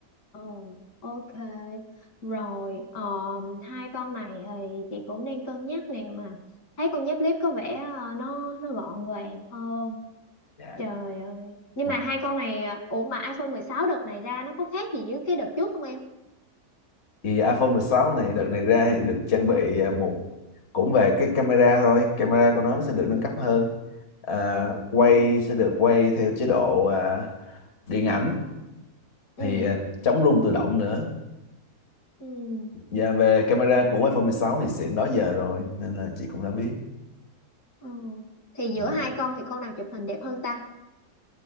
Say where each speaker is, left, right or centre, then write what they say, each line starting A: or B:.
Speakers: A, on the left; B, on the left.
A: Ờ, ok. Rồi, ờ, hai con này thì chị cũng đang cân nhắc nè mà thấy con dép clip có vẻ ờ, nó nó gọn gàng hơn.
B: Dạ.
A: Trời ơi. Nhưng
B: Ừ.
A: mà hai con này ờ, ủa mà iPhone 16 đợt này ra nó có khác gì với cái đợt trước không em?
B: thì iPhone 16 này đợt này ra thì được trang bị à, một cũng về cái camera thôi camera của nó sẽ được
A: Ừ.
B: nâng cấp hơn à, quay
A: Ừ.
B: sẽ được quay theo chế độ à, điện ảnh
A: Ừ.
B: thì à, chống rung tự động nữa
A: Ừ.
B: và về camera
A: Ừ.
B: của iPhone 16 thì xịn đó giờ rồi nên là chị cũng đã biết
A: Ừ. Thì
B: ừ.
A: giữa hai con thì con nào chụp hình đẹp hơn ta?